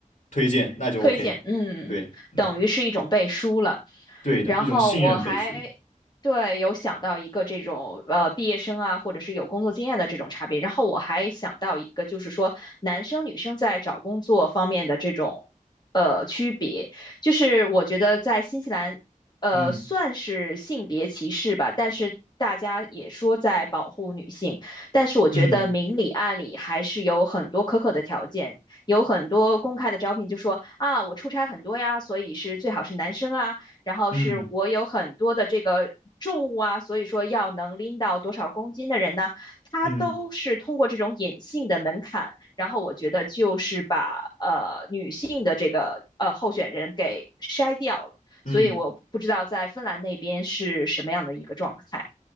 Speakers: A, on the left; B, on the left.
A: 推荐，那就
B: 推荐，
A: OK。
B: 嗯，
A: 对，嗯，
B: 等于是一种背书了。
A: 对的，
B: 然后我还对有想到一个这种呃毕业生啊，
A: 一种信任背书。
B: 或者是有工作经验的这种差别。然后我还想到一个，就是说男生女生在找工作方面的这种呃区别，就是我觉得在新西兰呃算是性别歧视吧，
A: 嗯
B: 但是。大家也说在保护女性，但是我觉得明里暗里还是有很多苛刻的条件，
A: 嗯
B: 有很多公开的招聘就说啊，我出差很多呀，所以是最好是男生啊，然后是我有很多的这个重物啊，
A: 嗯
B: 所以说要能拎到多少公斤的人呢？他都是通过这种隐性的门槛，
A: 嗯嗯。
B: 然后我觉得就是把呃女性的这个呃候选人给筛掉了，
A: 嗯
B: 所以我不知道在芬兰那边是什么样的一个状态。